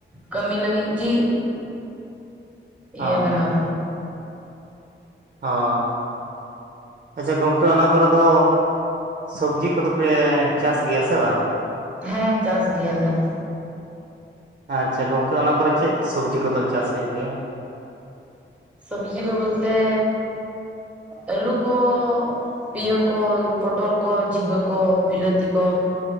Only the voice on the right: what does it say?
ᱦᱳᱭ
ᱦᱳᱭ ᱟᱪᱪᱷᱟ ᱜᱚᱝᱠᱮ ᱚᱱᱟ ᱠᱚᱨᱮ ᱫᱚ ᱥᱚᱵᱽᱡᱤ ᱠᱚᱫᱚ ᱯᱮ ᱪᱟᱥ ᱜᱮᱭᱟ ᱥᱮ ᱵᱟᱝ
ᱟᱪᱪᱷᱟ ᱜᱚᱝᱠᱮ ᱚᱱᱟ ᱠᱚᱨᱮ ᱪᱮᱫ ᱥᱚᱵᱽᱡᱤ ᱠᱚ ᱫᱚ ᱪᱟᱥ ᱦᱩᱭᱩᱜ ᱜᱮᱭᱟ